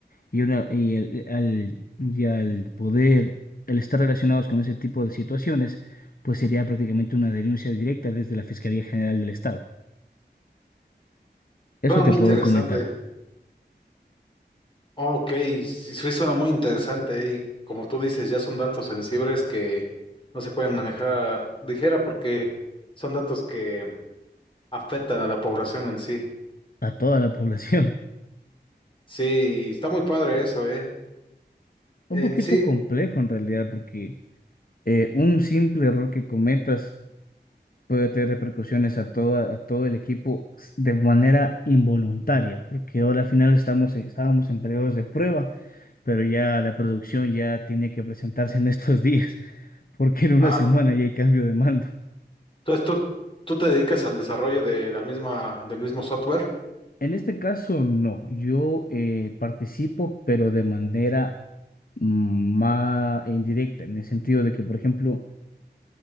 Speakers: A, on the left; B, on the left.
A: y, una, y, el- al, y al poder, al estar relacionados con ese tipo de situaciones, pues sería prácticamente una denuncia directa desde la Fiscalía General del Estado. Eso
B: Suena
A: te
B: muy
A: puedo
B: interesante.
A: comentar
B: Oh, Ok, sí, sí suena muy interesante y como tú dices, ya son datos sensibles que no se pueden manejar a ligera porque son datos que afectan a la población en sí.
A: a toda la población.
B: Sí, está muy padre eso, ¿eh?
A: <laughs> Un
B: En
A: poquito
B: sí,
A: complejo en realidad, porque eh, un simple error que cometas puede tener repercusiones a, toda, a todo el equipo s- de manera involuntaria, porque ahora al final estamos, en- estábamos en periodos de prueba, pero ya la producción ya tiene que presentarse en <laughs> estos días. porque en una
B: ah,
A: semana ya hay cambio de mando.
B: entonces tú, tú te dedicas al desarrollo de la misma, del mismo software.
A: En este caso, no. Yo eh, participo, pero de manera más indirecta, en el sentido de que, por ejemplo,